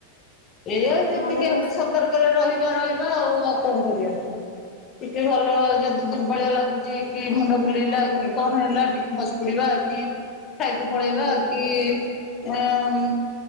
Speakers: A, on the left; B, on the right.
A: ଏୟା
B: ଆଉ
A: ଯେତିକି
B: ଘରେ
A: ଆମେ
B: ବସିଲେ
A: ସତର୍କରେ ରହିବା ରହିବା ଆଉ। ଆଉ କଣ କରିବା? ଟିକେ ଭଲ ଯଦି ଦୁର୍ବଳିଆ ଲାଗୁଚି କି ମୁଣ୍ଡ ବୁଲେଇଲା
B: ଆଜ୍ଞା
A: କି କଣ ହେଲା ଟିକେ ବସି ପଡିବା କି ଛାଇ କୁ
B: ହୁଁ
A: ପଳେଇବା।
B: ହୁଁ।
A: କି ଅନ୍